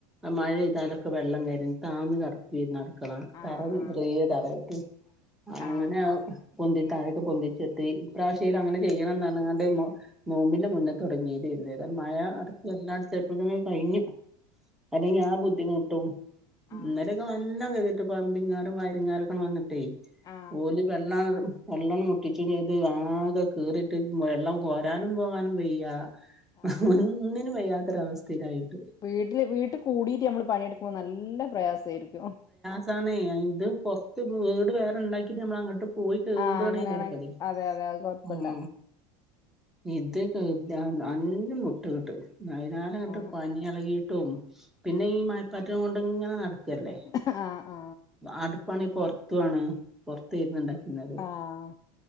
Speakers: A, in the centre; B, on the left.
A: മഴ എയ്താലൊക്കെ വെള്ളംവരും താന്ന് കെടക്കു വായിരുന്നു അടുക്കള
B: ആ ആ
A: പെര
B: ആ
A: ചെറിയ തറയിട്ട് അങ്ങനെഅത്
B: ആ
A: പൊന്തി താഴൊക്കെ പൊന്തിച്ച് തി ഇപ്രാവശ്യലും അങ്ങനെ ചെയ്യണന്നറ ഞ് ങ്ങാണ്ട് നോമ്പിന്റെ മുന്നേ തുടങ്ങയിത് രുന്നുന്നേരം മഴ അടക്കെ എല്ലാ ചെറ്പ്പത്തിന് അത് കഴിഞ്ഞു അല്ലെങ്കിൽ ആ ബുദ്ധിമുട്ടും
B: ആ ആ
A: ഇന്നലെയൊക്കെ നല്ല കഴുകി പ്ലംബിംഗ്കാര് വയറിംഗ് കാരൊക്കെ വന്നിട്ടേ
B: ആ
A: ഓലി വെള്ളം വെള്ളം മുട്ടിച്ചും ചെയ്ത് ആകെ കീറിട്ട് വെള്ളം കോരാനും പോകാനും വയ്യ
B: ആ
A: ഒന്നിനും വയ്യാത്തൊരവസ്ഥയിലായിട്ട്
B: വീട്ടില് വീട്ടിൽ കൂടീട്ട് നമ്മള് പണിയെടുക്കുമ്പോ നല്ല പ്രയാസയിരിക്കും
A: ഇതാണേ ഇത് പുറത്ത് വീട് വേറെണ്ടാക്കിട്ട് നമ്മൾ അങ്ങട്ട് പോയി <unintelligible>
B: ആഹ് അങ്ങനെയാണെ
A: തരക്കേടില്ല
B: അതെ അതെ അത് കൊഴപ്പല്ല
A: മം ഇത് കെ അന്നം മുട്ടങ്ങട്ട് അയ്നാലേ
B: ആഹ്
A: ങ്ങട്ട് പനി ഇളകിട്ടും പിന്നെ ഈ മഴപ്പാറ്റൽ കൊണ്ടങ്ങനെ നടക്കല്ലേ
B: ആ
A: അടുപ്പാണി പൊറത്തുവാണ് പൊറത്താരുന്നു ഇണ്ടാക്കിര്ന്നത്
B: ആഹ്